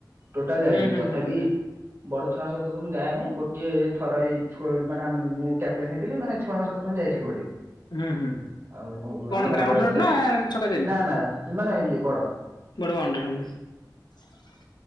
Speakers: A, on the right; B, on the left.
A: ଟୋଟାଲ ଯାଇନି
B: ହୁଁ ହୁଁ
A: ତଥାପି
B: ହୁଁ ହୁଁ
A: ବଡ଼ ଛୁଆ ଙ୍କ ସହିତ ତ ମୁଁ ଯାଏନି ଗୋଟିଏ ଥର ଏଇ ଛୁଆ ମାନେ ଆମେ ମୁଁ କ୍ୟାପଟେନ ହେଇଥିଲି ମାନେ ଛୁଆଙ୍କ ସହିତ ଯାଇଥିଲୁ ଗୋଟେ।
B: ହୁଁ ହୁଁ
A: ଆଉ
B: କଣ
A: ଆମ ଗାଁ
B: ଗ୍ରାଉଣ୍ଡ
A: ପାଖରେ
B: ସଟ୍
A: ଗୋଟେ
B: ନା ଛକା ଚାରି?
A: ନା ନା ମାନେ ଇଏ ବଡ଼।
B: ବଡ ବାଉ <unintelligible>